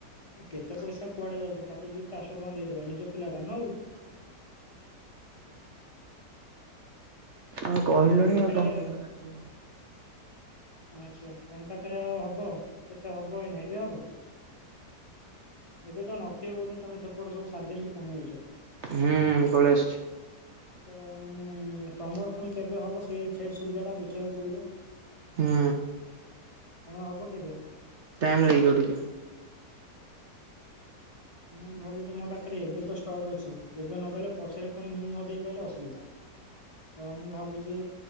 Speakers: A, on the left; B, on the right.
A: କେତେ ପଇସା କୁଆଡେ ଯାଉଛି ତାକୁ ଯଦି ଚାରିହ ଟଙ୍କା ଦେଇଦବା ନିଜ ପିଲାଟା ନଉ
B: ହ
A: ଆଉ
B: କହିଲୁଣି
A: ପାଖରେ
B: ଆଉ ତମ କଥା କାଟି ହବ
A: ଆଚ୍ଛା ତମ ପାଖରେ ଆ ହବ କେତେ ହବ ଏଇ ନ ଏବେ ହବ ଏବେ ତ ନ ବୋଧ ତେ ସେପଟ ସବୁ ସାରି ଦେଇକି ପୁଣି ଆଇଛ
B: ହୁଁ ପଳେଇ ଆସଛି
A: ତ ମାନେ ତମର ପୁଣି କେବେ ହବ ସେଇ ସେ ସୁବିଧା ଟା ଦେଖିବାକୁ ପଡିବ
B: ହୁଁ,
A: ତମର ହବ କେବେ
B: ଟାଇମ୍ ଲାଗିବ ଟିକେ
A: ମୁଁ ଭାବୁଛି ମୋ ପାଖରେ ଏବେ ତ ଷ୍ଟକ୍ ଅଛି ଏବେ ନଦେଲେ ପଛରେ ପୁଣି ମୁଁ ନ ଦେଇେଇ ପାରିଲେ ଅସୁବିଧା ତ ମୁଁ ଭାବୁଛି